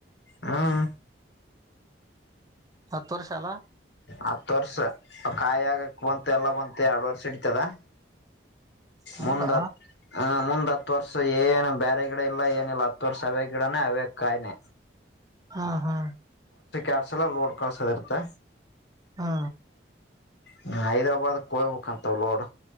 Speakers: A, on the left; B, on the right.
A: ಹ್ಮ್
B: ಹತ್ತು ವರ್ಷ ಅಲ್ಲ
A: ಹತ್ತು ವರ್ಷ ಕಾಯಿ ಆಗಕ್ ಬಂತ ಎಲ್ಲ ಬಂತೆ ಎರಡು ವರ್ಷಕ್ಕೆ ಇತಾ
B: ಹೌದಾ
A: ಮಂದ ಹ ಮ ಹತ್ ವರ್ಷ ಏನು ಬೇರೆ ಗಿಡ ಇಲ್ಲ ಏನಿಲ್ಲ ಹತ್ತು ವರ್ಷ ಅವ ಗಿಡನೇ ಅವೇ ಕಾಯನೆ
B: ಹಾ ಹಾ
A: ಎರಡ್ ಸಲ ಲೋಡ್ ಕಸದ ಇರ್ತ್ತೆ
B: ಹಾ
A: ಹ್ಮ ಹೈದ್ರಾಬಾದ ಹೋಗ್ಬೇಕುಂತವ ಲೋಡ್